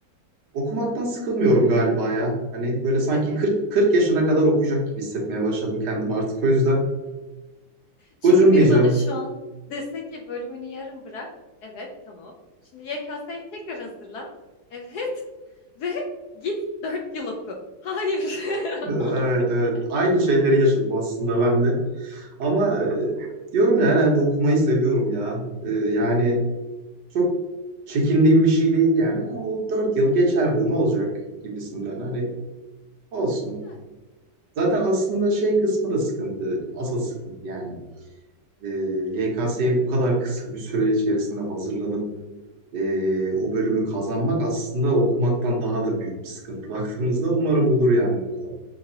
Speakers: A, on the right; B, on the left.
A: okumaktan sıkılmıyorum galiba ya. Hani böyle sanki
B: Evet.
A: 40 40 yaşına kadar okuyacak gibi hissetmeye başladım kendimi artık. O yüzden
B: Çünkü
A: gocunmayacağım.
B: bir bana şu an dese ki bölümünü yarım bırak. Evet, tamam. Şimdi YKS'ye tekrar hazırlan. Evet. <laughs> Ve git 4 yıl oku. Hayır. <laughs>
A: E, Evet
B: Hayır.
A: evet. Aynı şeyleri yaşadım aslında ben de. Ama eee, diyorum ya herhalde okumayı seviyorum ya. Eee, yani çok çekindiğim bir şey değil yani. O 4 yıl geçer bu ne olacak gibisinden. Hani olsun.
B: Yani
A: Zaten
B: Muğla'da
A: aslında
B: okuyacağım.
A: şey kısmı da sıkıntı. Asıl sıkıntı yani. Ee, YKS'ye bu kadar kısa bir süre içerisinde hazırlanıp ee, o bölümü kazanmak aslında okumaktan daha da büyük bir sıkıntı. <laughs> Baktığımızda umarım olur yani. o yüzden.